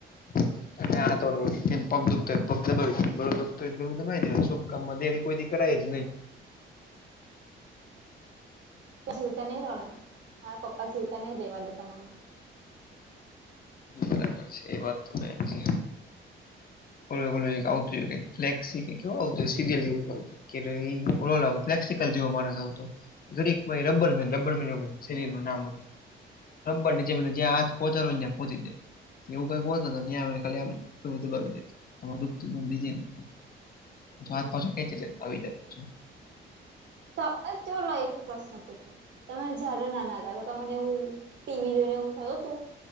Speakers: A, on the left; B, on the right.
A: <inaudible> તમે આતો એમ પગ દુખતો હોય પગ દબાવી દે, ગળું દુખતું હોય ગળું દબાવી દે શુભ કામમાં દેરી કોઈ દી કરાય જ નય.
B: એટલે તમે રો મારા પપ્પા જીવતા નય રહ્યા <unintelligible>
A: બરાબર છે એ વાત તો બેન છે. તમે મને આવું કઇ ફ્લેક્સી કીહો કે સિનિયર જેવું આવતી કે રેય ફોલ આવુ ફ્લેક્સિકલ જેવો માણસ આવતો ઘડીક માં રબર મેન રબર મેન શરીર નું નામ હતું. રબર ની જેમ જ્યાં <unintelligible> પહોંચાડો ને નેમ પહોંચી ગીયા યોગા કરવાથી અહિયા ખાલી એમ ગળું દબાવી દેત તમાર દુખતું બંધ થઈ જાય ને એટલે પાછો
B: હમ
A: હાથ પાછો ખેંચી જેતા આવી જાયત પાછો.
B: તો એક પ્રશ્ન પૂછો. તમે જ્યારે નાના હતા તને એવું ટીવી જોઈને એવું થયુ તું